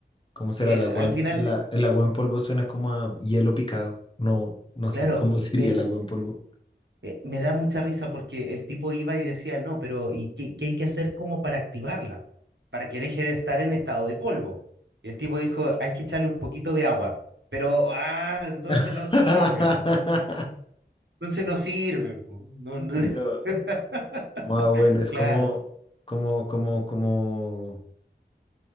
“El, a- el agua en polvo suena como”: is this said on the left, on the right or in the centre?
Left